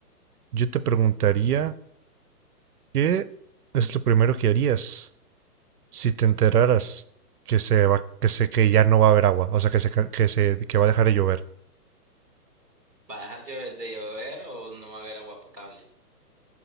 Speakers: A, on the right (about 70°); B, in the centre.
A: yo te preguntaría, ¿qué es lo primero que harías si te enteraras que se va, que se, que ya no va a haber agua? O sea, que se, ca- que se, que va a dejar de llover.
B: ¿Va a dejar llo- de llover o no va a haber agua potable?